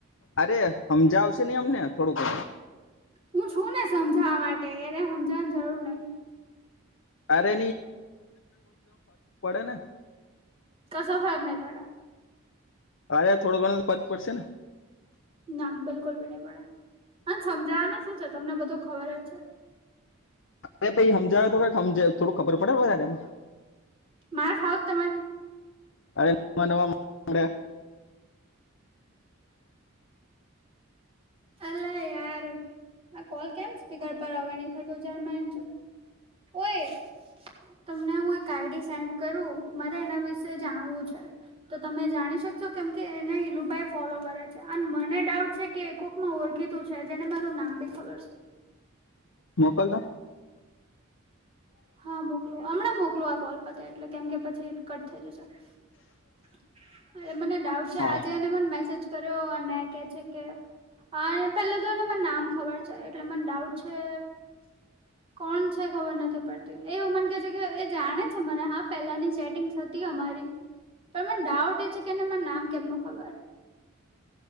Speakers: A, on the left; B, on the right.
A: અરે હમજાવશે ની અમને થોડુંક
B: હું છું ને સમજાવા માટે એને સમજાવાની જરૂર નહી
A: <unintelligible> પડે ને
B: કશો ફરક નહી પડે
A: અરે થોડો ઘણો તો ફર્ક પડશે ને
B: ના બિલકુલ ભી ની પડે અને સમજાવાનું શું છે તમને બધું ખબર જ છે
A: અરે પહી હમજાવા તો કંઈક હમજે થોડું ખબર પડે તવધારે એમ
B: માર ખાવું તમે
A: <unintelligible>
B: અલે યાર આ કોલ કેમ સ્પીકર પર હવે ની થતો <unintelligible> ઓય તમને હું એક આઈડી સેન્ડ કરું મારે એના વિશે જાણવું છે તો તમે જાણી શકશો કેમ કે એને હિલુભાઈ ફોલો કરે છે અને મને ડાઉટ છે કે કોક માં ઓળખીતું છે જેને મારું નામ બી ખબર છે
A: મોકલ તો
B: હા મોકલું અમણાં મોકલું આ કોલ પતે એટલે કેમ કે પછી કટ થઇ જશે મને ડાઉટ છે
A: હા
B: આજે એને મન મેસેજ કરો અને કે છે કે આ પેલો તો એને મને નામ ખબર છે એટલે મને ડાઉટ છે કોણ છે ખબર નથી પડ એવું મને કે છે કે એ જાણે છે મને હા પેલાની ચેટિંગ હતી અમારી તો મન ડાઉટ એ છે કે એ નામ કેમનું ખબર